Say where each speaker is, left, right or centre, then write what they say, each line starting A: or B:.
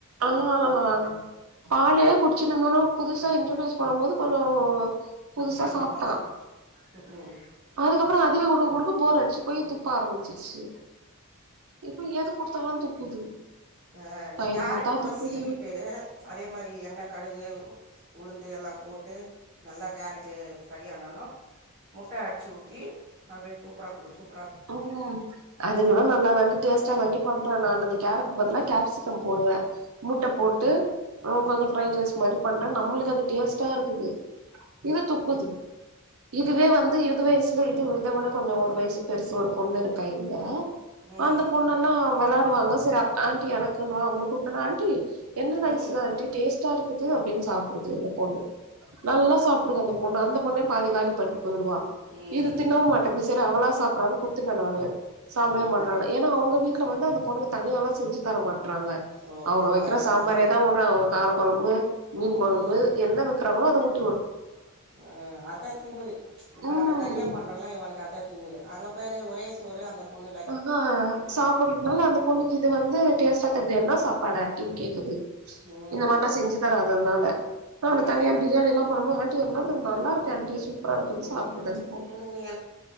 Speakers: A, on the right (about 75°); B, on the right (about 40°).
A: ஆ ஆ பாலையே குடிச்சுட்டு இருந்தோன்னா புதுசா இன்ட்ரடியூஸ் பண்ணும் போது கொஞ்சோ புதுசா
B: கஷ்டமாக
A: சாப்டா
B: தா இருக்கு ம்
A: அதுக்கப்பறோ அதுவே குடுக்க குடுக்க ஃபோர் அடிச்சு போய் துப்ப ஆரம்பிச்சிருச்சு இப்ப எது குடுத்தாலு துப்புது
B: ஆ நீ
A: தயிர்
B: கேரட்டு
A: குடுத்தா
B: கூட
A: துப்புது
B: சீவிட்டு அதே மாரி எண்ணெ கடுகு உளுந்து எல்லா போட்டு நல்லா கேரட்டு ஃப்ரை ஆனனோ முட்டே அட்ச்சு ஊத்தி அப்டியே சூப்பரா குடு சூப்
A: அவுங்ளா அதுங்ளா நல்லா வேண்டி டேஸ்ட்டா வேண்டி பண்றே நானு அந்த கேரட்டுக்கு பதுலா கேப்சிக்கம் போடுவே முட்ட போட்டு நா கொஞ்சோ ஃப்ரைட் ரைஸ் மாரி பண்றே நம்மளுக்கு அது டேஸ்ட்டா இருக்குது இது துப்புது இதுவே வந்து இது வயசுல இது இதவுட கொஞ்சோ ஒரு வயசு பெருசு ஒரு பொண்ணு இருக்கா இங்க
B: ம்
A: அந்த பொண் எல்லா வெளாடுவாங்க தறா ஆண்டி எனக்குன்வா அவனுக்கு ஊட்னேனா ஆண்டி என்ன ரைஸு
B: ம்
A: ஆண்டி டேஸ்ட்டா இருக்குது அப்டின் சாப்புடுது இந்த பொண்ணு நல்லா சாப்புடுது அந்த பொண்ணு அந்த பொண்ணே பாதி காலி பண்ட்டு போயிடுவா
B: ம்
A: இது தின்னவும் மாட்டுது செரி அவளா சாப்டுறான்னு குடுத்துருவே நானு சாப்புடவே
B: ஆமாம்
A: மாட்டேறாங்கனு ஏன்னா அவுங்க வீட்டு வீட்ல வந்து அந்த பொண்ணுக்கு தனியால்லா செஞ்சு தர மாட்றாங்க
B: ஓ
A: அவுங்க
B: பொதுவாக
A: வக்கிற
B: எல்லாரும்
A: சாம்பாரேதா
B: செய்கிறது
A: ஊட்றாங்க கார கொழம்பு மீன் கொழம்பு
B: ம்
A: என்ன வக்குறாங்களோ அத ஊட்
B: ம் அதா திமுரு இப்ப
A: ம்
B: நம்ம தனியா பண்றோல்ல இவனுக்கு அதா திமுரு அங்க பாரு ஒரே சோறு அந்த பொண்ணுல
A: இந்தாவே சாப் போட்கிட்னால அந்த பொண்ணுக்கு இது வந்து டேஸ்ட்டா தெர்து என்னா சாப்பாடு ஆண்டினு கேக்குது
B: ம்
A: இதுமார்லா செஞ்சு தராது அதுனால அ
B: ஆ
A: தனியா பிரியாணியெல்லா பண்ணும்போது ஆண்டி என்னது இது நல்லா இருக்கு ஆண்டி சூப் சூப்பரா இருக்குனு
B: ம்
A: சாப்புடுதானே போகு
B: இவனுக்கு